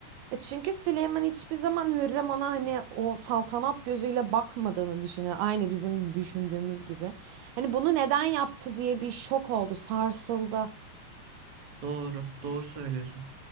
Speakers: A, on the right (about 75°); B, on the right (about 50°).
A: E çünkü Süleyman hiçbir zaman Hürrem ona hani o saltanat gözüyle bakmadığını düşünüyor. Aynı bizim düşündüğümüz gibi. Hani bunu neden yaptı diye bir şok oldu, sarsıldı.
B: Doğru, doğru söylüyorsun.